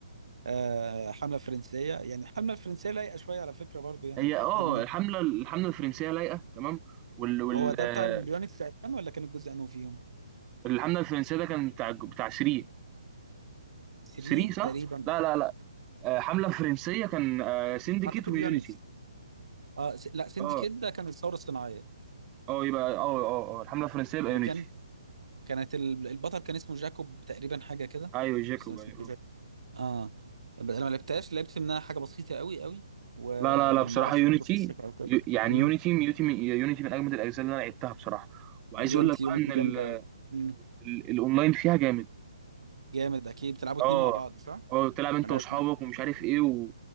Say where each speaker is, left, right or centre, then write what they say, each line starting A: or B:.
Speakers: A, on the right (about 80°); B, on the right (about 15°).
A: آه حمله فرنسيه يعني الحمله الفرنسيه لايقه شويه على فكره برضو يعني
B: هي
A: لحد
B: اه
A: ما
B: الحمله الحمله الفرنسيه لايقه تمام وال وال
A: هو ده
B: آه،
A: بتاع اليونتس تقريبا ولا كان الجزء انه فيهم
B: الحمله الفرنسيه ده كان بتاع بتاع 3
A: 3
B: 3 صح؟
A: تقريبا
B: لا لا لا آه، حملة فرنسية كان آه، سينديكيت
A: اعتقد
B: ويونيتي
A: يونتس اه س... لا سندكيت
B: اه
A: ده كان الثوره الصناعيه
B: اه يبقى اه اه اه آه، الحملة الفرنسية يبقى
A: اللي
B: يونيتي
A: كان كانت ال- البطل كان اسمه جاكوب تقريبا حاجه كده
B: ايوه جاكوب
A: بس أنا مش
B: ايوه
A: فاكر اه ب- انا ما لعبتهاش لعبت منها حاجه بسيطه قوي قوي وما
B: لا لا لا بصراحة
A: اعرفش
B: يونيتي
A: برضه قصتها او كده
B: يو- يعني
A: امم
B: يونيتي يونيتي من يونيتي من اجمد الاجزاء اللي انا لعبتها بصراحة وعايز
A: يونتي
B: اقول لك
A: يونتي
B: بقى
A: جامده
B: ان ال-
A: قوي امم
B: ال- الاونلاين فيها جامد
A: جامد اكيد بتلعبوا
B: اه
A: اتنين مع بعض صح؟
B: اه تلعب انت
A: ما لعب-
B: واصحابك
A: ما-
B: ومش عارف ايه و...